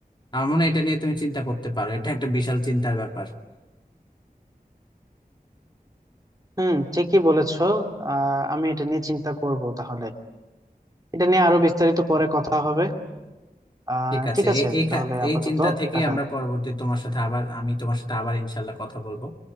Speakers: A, on the left; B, on the right.
A: আমার মনে হয় এটা নিয়ে তুমি চিন্তা করতে পারো এটা একটা বিশাল চিন্তার ব্যাপার
B: হুম ঠিকই বলেছো আহ আমি এটা নিয়ে চিন্তা করব তাহলে এটা নিয়ে আরো বিস্তারিত পরে কথা হবে আহ
A: ঠিক আছে
B: ঠিক আছে
A: এই এই
B: তাহলে
A: খা- এই
B: আপাতত
A: চিন্তা থেকে
B: টাটা
A: আমরা পরবর্তী তোমার সাথে আবার আমি তোমার সাথে আবার ইনশাল্লাহ কথা বলবো